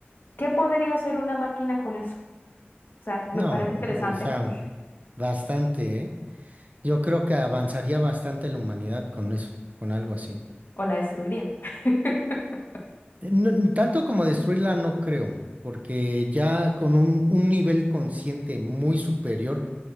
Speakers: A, on the left (about 55°); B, on the right (about 40°).
A: ¿qué podría hacer una máquina con eso? O sea, me
B: No,
A: parece
B: man,
A: interesante
B: o sea,
A: <laughs>
B: bastante, ¿eh? Yo creo que avanzaría bastante la humanidad con eso, con algo así.
A: o la destruiría. <laughs>
B: Eh, no- n- tanto como destruirla, no creo, porque ya con un, un nivel consciente muy superior